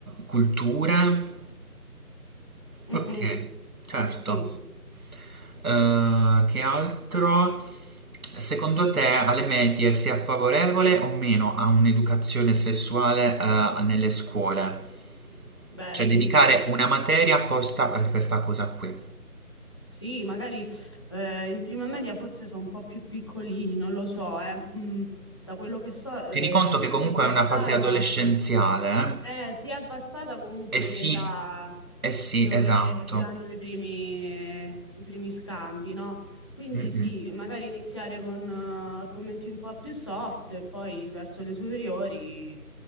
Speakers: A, on the right; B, on the left.
A: culture.
B: mm-mm.
A: Ok, certo.
B: Sì, sì.
A: Ehm, che altro? Secondo te alle medie sia favorevole o meno a un'educazione sessuale, eh, nelle scuole?
B: Beh,
A: Cioè
B: sì.
A: dedicare una materia apposta a questa cosa qui.
B: Sì, magari eh, in prima media forse sono un po' più piccolini, non lo so, eh. Mm, da quello che so ehm,
A: Tieni conto che comunque
B: si è abbassata,
A: è una fase adolescenziale, eh?
B: eh, si è abbassata comunque
A: Eh sì,
B: l'età
A: eh sì,
B: dove
A: esatto.
B: si hanno i primi, i primi scambi, no? Quindi
A: Mm-mm.
B: sì, magari iniziare con eh, argomenti un po' più soft e poi verso le superiori.